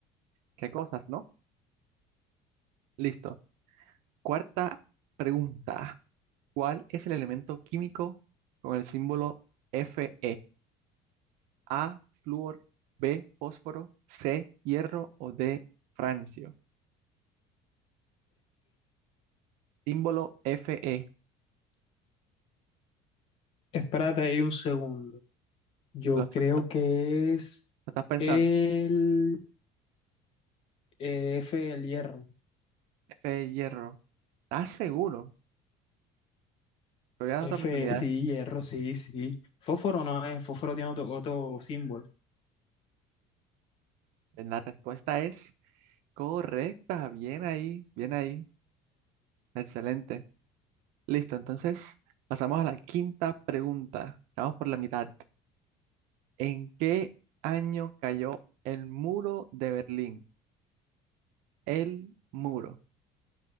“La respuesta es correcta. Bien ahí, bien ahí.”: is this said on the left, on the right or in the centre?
Right